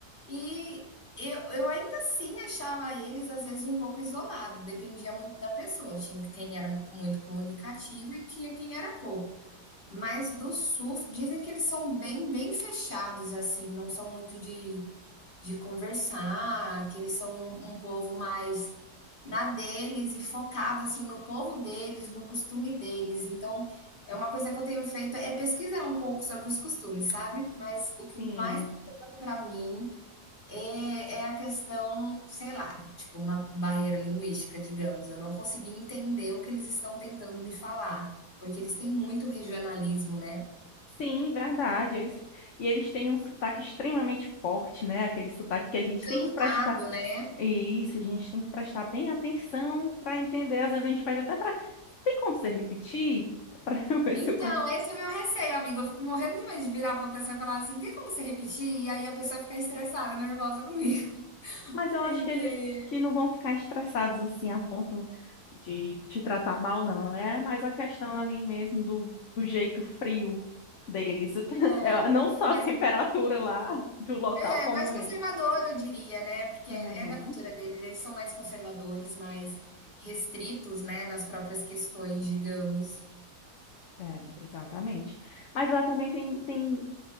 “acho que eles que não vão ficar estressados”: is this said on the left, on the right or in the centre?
Left